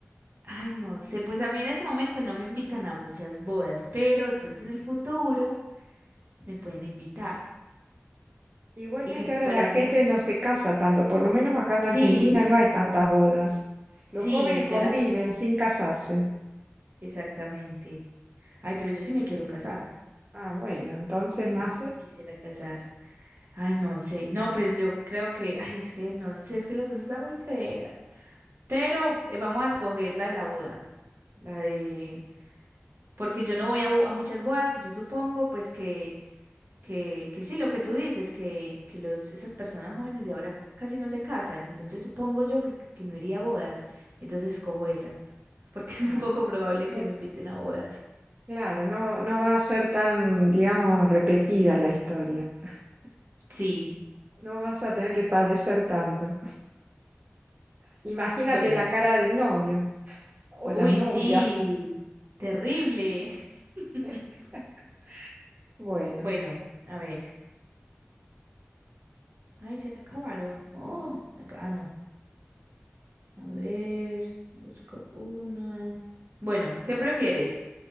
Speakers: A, on the right; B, on the right.
A: ay, no sé, pues a mí en ese momento no me invitan a muchas bodas, pero de pronto en el futuro. Me pueden invitar
B: Igualmente
A: y gri-
B: ahora
A: pararme.
B: la gente no se casa tanto, por lo menos acá en la
A: Sí,
B: Argentina no hay tantas bodas. Los
A: sí,
B: jóvenes conviven
A: ya la gente.
B: sin casarse.
A: Exactamente. Ay, pero yo sí me quiero casar.
B: Ah, bueno, entonces, Mafe,
A: Yo sí me quisiera casar. Ay, no sé. No, pues yo creo que, ay, es que no sé, es que las dos están muy feas. Pero eh, vamos a escoger la de la boda. La de... Porque yo no voy a, bo- a muchas bodas y yo supongo pues que Que, que sí, lo que tú dices, que, que los, esas personas jóvenes de ahora casi no se casan, entonces supongo yo que, que no iría a bodas, entonces escojo esa, porque <laughs> es muy
B: ah,
A: poco probable
B: mm,
A: que me inviten a bodas.
B: claro, no, no va a ser tan, digamos, repetida la historia. <laughs>
A: Sí,
B: No vas a tener que padecer tanto. Imagínate
A: bueno,
B: la cara del novio o
A: uy,
B: la novia.
A: sí, terrible. <laughs>
B: <laughs> Bueno,
A: Bueno, a ver, ay, se acabaron. Oh, my ah, no, a ver, busco una. Bueno, ¿qué prefieres?